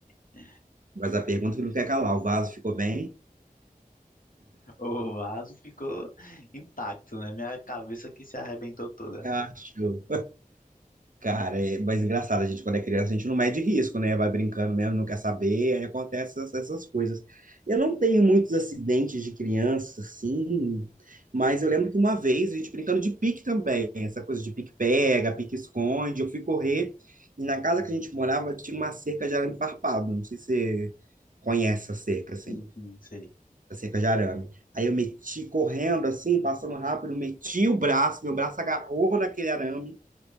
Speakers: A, on the left; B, on the right.
A: <laughs>
B: mas a pergunta que não quer calar, o vaso ficou bem?
A: O vaso ficou intacto, né? Minha cabeça que se arrebentou toda.
B: Acho. Cara, é, mas engraçado, a gente quando é criança, a gente não mede risco, né? Vai brincando mesmo, não quer saber, aí acontecem essas, essas coisas. Eu não tenho muitos acidentes de criança, assim, mas eu lembro que uma vez a gente brincando de pique também, essa coisa de pique pega, pique esconde, eu fui correr e na casa que a gente morava tinha uma cerca de arame farpado, não sei se você conhece a cerca, assim,
A: Sim, sim, sei.
B: a cerca de arame. Aí eu meti correndo, assim, passando rápido, meti o braço, meu braço agarrou naquele arame,